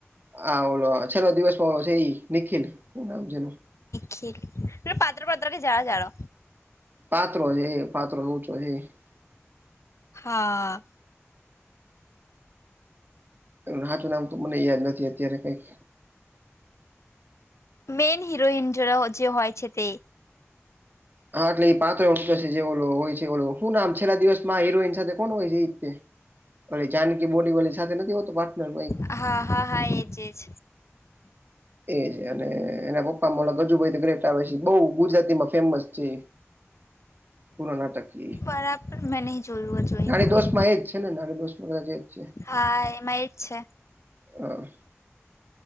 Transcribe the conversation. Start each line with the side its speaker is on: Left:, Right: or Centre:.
Right: આ ઓલો છેલ્લો દિવસમાં છે એ નિખિલ. હુ નામ છે એનું
Left: કીર એ પાતડો પતડો કે જાડો જાડો
Right: પાતડો છે એ પાત્રળો ઉંચો છે.
Left: હા.
Right: નાચું નામ તો મને યાદ નથી અત્યારે કઈક.
Left: મેન હરોોહીિન જેરા જે હોય છે તે.
Right: હા એટલે એ પાત્ર ઉ છે જે હોય છે શું ના આમ છેલ્લા દિવસમાં હિરોઈન સાથે. કોણ હોય રીતે અ જાનકી બોડી વાળી સાથે નથી હોતો પાર્ટનર.
Left: હા હા હા એજજ.
Right: એજ અને એના પપ્પા મોડા ગજુભાઈ તો ગ્રેટ આવે છે બહ ગુજરાતીમાં ફેમસ છે.
Left: <inaudible>
Right: પૂરો નાટકીય
Left: બરાબર મેં નહી જોયું જોઈ
Right: નાડી
Left: મૂવી
Right: દોષ માં એજ છે ને નારી દોષ માં કદાચ એ જ છે.
Left: હા એમાં એજ છે.
Right: હા.